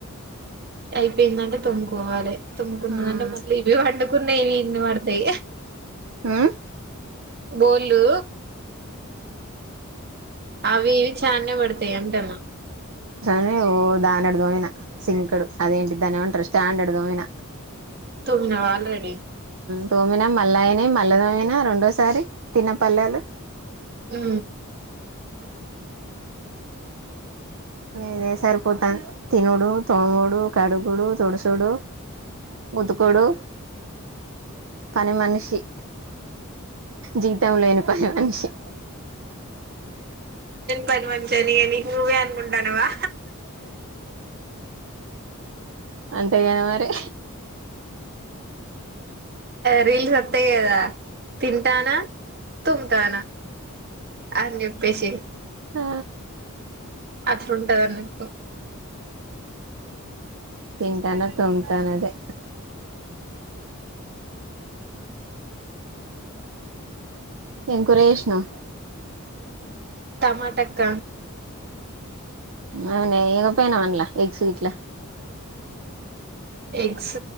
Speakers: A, on the right (about 50°); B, on the right (about 65°).
A: అయిపోయిందంటే తొంగ పోవాల తుముకుంట
B: మ్మ్
A: మల్ ఇవి కు నైవి ఇన్ మతాయి
B: మ్మ్
A: బోలు అవి ఇవి చానే పడతాయి అంటమ్మా
B: ని దాని అడదోమనా సింకుడు అదేంటి దాని ఏమంటారు స్టాండ్ అడదం పోయినా
A: తుమ్ నవవాల అే
B: దోమిన మల్లా అయినా మల్ల దోమిన రెండోసారి తిన్నపల్లలు
A: అ
B: ఇదే సరిపోత తినోడు తోంగోడు కడుగుడు తోడుసోడు ముదుకోడు పని మనిషి జీతం లేని పని మనిషి
A: పనవంచని ఎని ంటనువా
B: అంతేగా మరి
A: రీల్స్ అత్తయి అదా తింటానా తుమ్తానా అని చెప్పేసి
B: ఆ
A: అట్లుంటదన్న
B: తింటాను తొంగతానదే ఎంకురే విష్టణం
A: టమాటక్క
B: అవున ఎక పనా వనలా ఎగస్ వీట్ల
A: ఎగ్స్